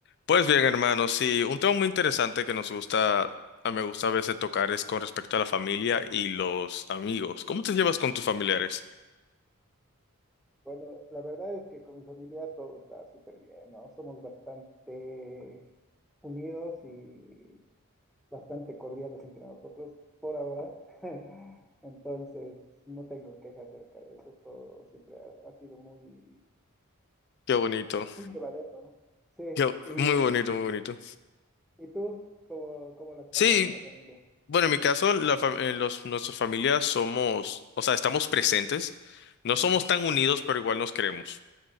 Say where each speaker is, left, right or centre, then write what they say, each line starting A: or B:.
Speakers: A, on the left; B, in the centre.
A: Pues bien, hermanos. sí, un tema muy interesante que nos gusta, a me gusta a veces tocar es con respecto a la familia y los amigos. ¿Cómo te llevas con tus familiares?
B: Bueno, la verdad es que con mi familia todo está súper bien, ¿no? Somos bastante unidos y bastante cordiales entre nosotros por ahora. <laughs> Entonces, no tengo quejas acerca de eso. Todo siempre ha, ha sido muy,
A: Qué bonito,
B: muy llevadero, ¿no? Sí,
A: qué-
B: y,
A: muy bonito,
B: y,
A: muy bonito.
B: y tú, ¿cómo, cómo lo has
A: Sí,
B: pasado con la familia?
A: bueno, en mi caso, la fam- eh, los, nuestras familias somos, o sea, estamos presentes, no somos tan unidos, pero igual nos queremos.